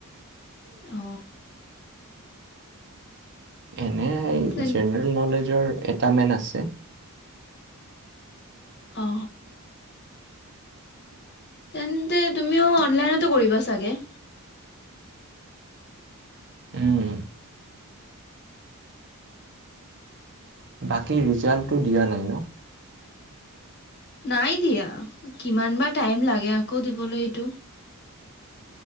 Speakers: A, on the left; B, on the right.
A: অ,।
B: এনে এই
A: তেন
B: জেনেৰেল নলেজৰ এটা মেন আছে।
A: অ। তেন্তে তুমিও অনলাইনতো কৰিবা চাগে?
B: উম। বাকী ৰিজাল্টটো দিয়া নাই ন?
A: নাই দিয়া কিমান বা টাইম লাগে আকৌ দিবলৈ এইটো।